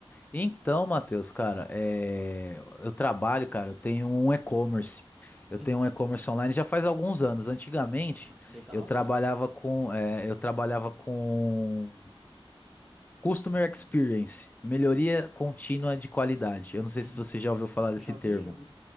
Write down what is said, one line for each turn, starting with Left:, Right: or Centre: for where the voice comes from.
Left: Então, Matheus, cara, é, eu trabalho, cara, eu tenho um e-commerce. Eu
Centre: Uhum.
Left: tenho um e-commerce online já faz alguns anos. Antigamente,
Centre: Legal,
Left: eu trabalhava
Centre: cara.
Left: com, é, eu trabalhava com Customer Experience, melhoria contínua de qualidade. Eu não sei
Centre: Uhum.
Left: se você já ouviu falar desse
Centre: Já
Left: termo.
Centre: ouvi, já ouvi